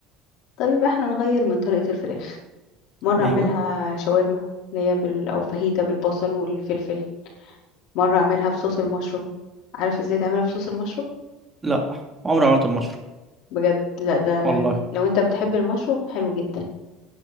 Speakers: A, on the left; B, on the right.
A: طب يبقى احنا نغير من طريقه الفراخ مره
B: ايوه
A: اعملها شاورما اللي هي بال... او فاهيتا بالبصل والفلفل مرة اعملها بصوص المشروم عارف ازاي تعملها بصوص المشروم
B: لا عمري ما عملته بمشروم
A: بجد لا ده
B: والله
A: لو انت بتحب المشروم حلو جدا